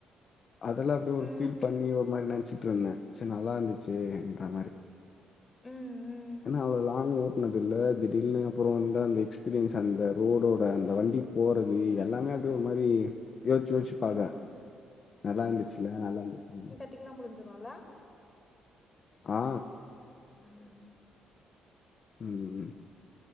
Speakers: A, on the left (about 50°); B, on the left (about 20°).
A: அதெல்லா அப்டி ஒரு
B: ம்
A: ஃபீல் பண்ணி ஒரு மாரி நெனைச்சிட்டு இருந்தே சரி நல்லா இருந்துச்சுன்ற மாரி
B: ம் ம்
A: ஏன்ன அவ்ளோ லாங் ஓட் பண்ணதில்ல திடிர்னு அப்பறோ வந்து அந்த எக்ஸ்பீரியன்ஸ் அந்த ரோடோட அந்த வண்டி போறது எல்லாமே அப் டு ஒரு மாரி யோச்சு யோச்சு பாக்கறே
B: ம்
A: நல்லா இருந்துச்சுல நல்லா இருந்துச்சு
B: <unintelligible> லா முடிஞ்சிருல
A: ஆ
B: ஆமாங்க
A: ம் ம்